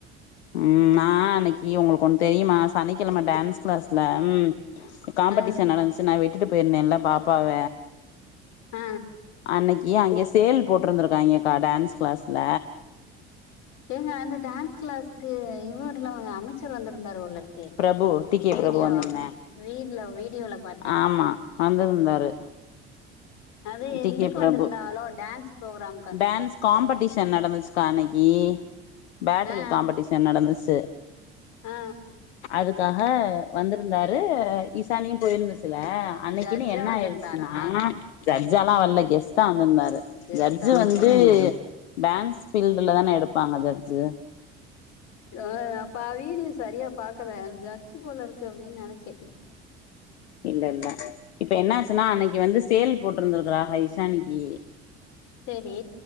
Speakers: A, on the left; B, on the left.
A: ம்மா ஆ அன்னைக்கி உங்களுக்கு ஒண் தெரியுமா சனிக்கெழம டான்ஸ் கிளாஸ்ல ம் காம்படிஷன்
B: ஆ
A: நடந்ச்சு நா விட் விட்டிட்டு போயிருந்தேன்ல பாப்பாவ
B: அ
A: அன்னைக்கி அங்கே சேல் போட்ருந்திருக்காய்ங்கக்கா டான்ஸ் க்ளாஸ்ல
B: ஏங்க அந்த டான்ஸ் கிளாஸ்க்கு இவருல்லா அமைச்சர் வந்திருந்தாரு போலருக் K
A: Prabhu T K
B: video
A: Prabhu வந்திருந்தே
B: வீடுல வீடியோல பாத்தே
A: ஆமா வந்திருந்தாரு
B: அது
A: டி
B: எந்துக்கு
A: கே பிரபு
B: வந்திருந்தாகலோ டான்ஸ் ப்ரோக்ராம்
A: டான்ஸ் காம்படிஷன் நடந்துச்சுக்கா அன்னைக்கி பேட்டிரில்
B: ஆ ஆ
A: காம்படிஷன் நடந்துச்சு
B: ஆ
A: அதுக்காக வந்திருந்தாரு இசானியு போயிருந்து ல்ல அன்னைக்குன்னு
B: ஜட்ஜா
A: என்ன
B: வந்திருந்தாரா
A: ஆயிடுச்சுன்னா ஜட்ஜாலா வல்ல கெஸ்டா வந்திருந்தாரு
B: கெஸ்ட்டா
A: ஜட்ஜ் ஜட்ஜ்
B: வந்திருந்தாரா
A: வந்து டான்ஸ் ஃபீல்டுல தானே எடுப்பாங்க ஜட்ஜு
B: ஆ அப்பா வீடியோ சரியா பாக்கல ஜ ட்ஜு போலருக்கு அப்டின் நெனச்சேன்
A: இல்ல இல்ல இப்ப என்னாச்சுன்னா அன்னைக்கி வந்து சேல் போட்டிருந்திருக்கிறாக இசானிக்கி
B: செரி